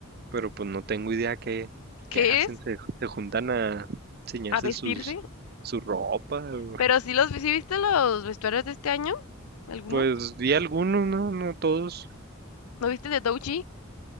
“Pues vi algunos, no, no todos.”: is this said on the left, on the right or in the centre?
Right